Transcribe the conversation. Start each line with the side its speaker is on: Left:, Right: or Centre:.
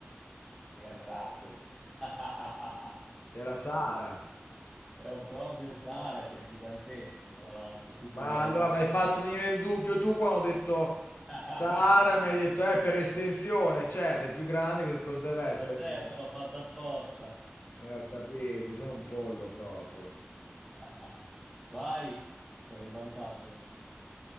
Centre: Errato. <laughs>
Left: Era Sara.
Centre: È proprio il Sahara che è gigantesco, tra l'altro, tutto
Left: Ma
Centre: il Nord
Left: allora
Centre: Africa.
Left: mi hai fatto venire il dubbio tu quando ho detto
Centre: <laughs>
Left: Sara, mi hai detto, eh, per estensione, certo, è più grande, co- cosa deve essere?
Centre: Ma certo,
Left: se no?
Centre: l'ho fatta apposta.
Left: Eh, ho capito, io sono un pollo proprio.
Centre: <laughs> Vai, sono in vantaggio.